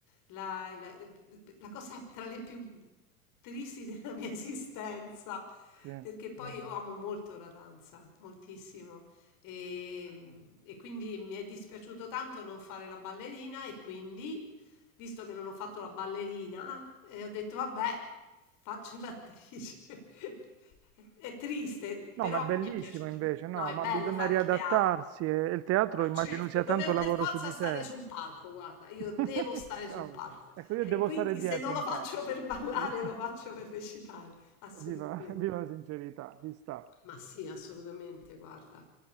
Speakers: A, on the left; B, on the right.
A: la, la- la cosa tra le più tristi della mia esistenza,
B: Sì.
A: perché poi Mm. io amo molto la danza, moltissimo. E, e quindi mi è dispiaciuto tanto non fare la ballerina e quindi visto che non ho fatto la ballerina, e ho detto vabbè, faccio l'attrice. <laughs> È triste,
B: No,
A: però
B: ma è bellissimo
A: mi è piaciuto.
B: invece, no,
A: No, è
B: ma
A: bello
B: bisogna
A: fare
B: riadattarsi
A: il teatro,
B: e, e il teatro
A: ma
B: immagino
A: certo,
B: sia
A: dovevo
B: tanto lavoro
A: per forza
B: su di
A: stare
B: sé.
A: su un palco, guarda, io
B: <laughs>
A: devo stare
B: Cavolo.
A: su un palco.
B: Ecco, io
A: E
B: devo
A: quindi
B: stare dietro
A: se non lo
B: un
A: faccio
B: po'.
A: per ballare,
B: Devo-
A: lo faccio per recitare, assolutamente.
B: Viva, viva la sincerità, ci sta.
A: Ma sì, assolutamente, guarda.